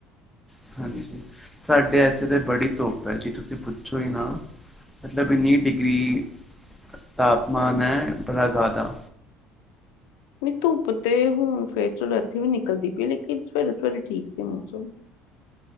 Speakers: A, in the centre; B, on the left.
A: ਹਾਂਜੀ। ਸਾਡੇ ਇੱਥੇ ਤੇ ਬੜੀ ਧੁੱਪ ਹੈ ਜੀ ਤੁਸੀਂ ਪੁੱਛੋ ਹੀ ਨਾ। ਮਤਲਬ ਇੰਨੀ ਡਿਗਰੀ ਤਾਪਮਾਨ ਹੈ ਬੜਾ ਜ਼ਿਆਦਾ।
B: ਨਹੀਂ ਧੁੱਪ ਤੇ ਹੁਣ ਫੇਰ ਚਲੋ ਇੱਥੇ ਵੀ ਨਿਕਲਦੀ ਪਈ ਲੇਕਿਨ ਸਵੇਰੇ ਸਵੇਰੇ ਠੀਕ ਸੀ ਮੌਸਮ।